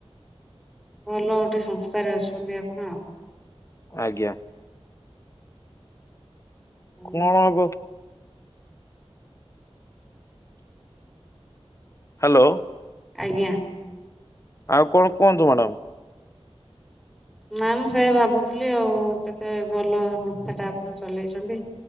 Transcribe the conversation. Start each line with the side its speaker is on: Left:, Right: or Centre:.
Centre: ଭଲ ଗୋଟେ ସଂସ୍ଥାରେ ଅଛନ୍ତି ଆପଣ।
Left: ଆଜ୍ଞା।
Centre: ହୁଁ,
Left: କଣ ହବ? ହାଲୋ।
Centre: ଆଜ୍ଞା।
Left: ଆଉ କଣ କୁହନ୍ତୁ ମ୍ୟାଡମ୍।
Centre: ନା ମୁଁ ସେଇଆ ଭାବୁଥିଲି ଆଉ କେତେ ଭଲ ସଂସ୍ଥାଟା ଆପଣ ଚଲେଇଚନ୍ତି।